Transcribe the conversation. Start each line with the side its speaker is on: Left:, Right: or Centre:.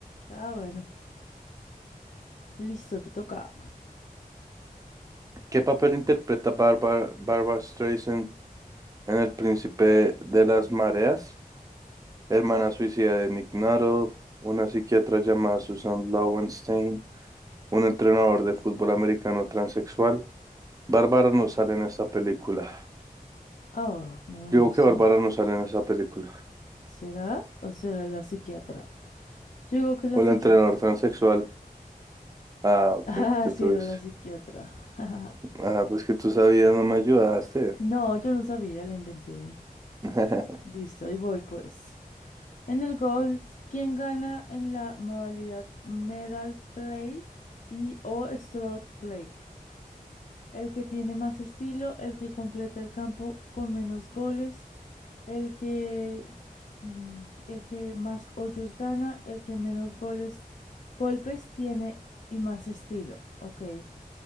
Left: Ah, bueno. Listo, te toca.
Right: ¿Qué papel interpreta Barbara, Barbara Streisand en El Príncipe de las Mareas? Hermana suicida de Nick Nuttall, una psiquiatra llamada Susan Lowenstein, un entrenador de fútbol americano transexual. Bárbara no sale en esta película.
Left: oh no,
Right: Digo
Left: no sé.
Right: que Bárbara no sale en esa película.
Left: ¿Será o será la psiquiatra? Yo digo que la
Right: O
Left: psiquiatra.
Right: el entrenador transexual.
Left: <laughs>
Right: Ah, ok,
Left: Ah,
Right: te
Left: sí,
Right: tuve.
Left: era la psiquiatra. <laughs>
Right: Ah, pues que tú sabías, no me ayudaste.
Left: No, yo no sabía, la inventé.
Right: <laughs>
Left: Listo, y voy pues. En el golf, ¿quién gana en la modalidad medal play y o stroke play? el que tiene más estilo, el que completa el campo con menos goles, el que, mm, el que más hoyos gana, el que menos goles, golpes tiene y más estilo. Ok,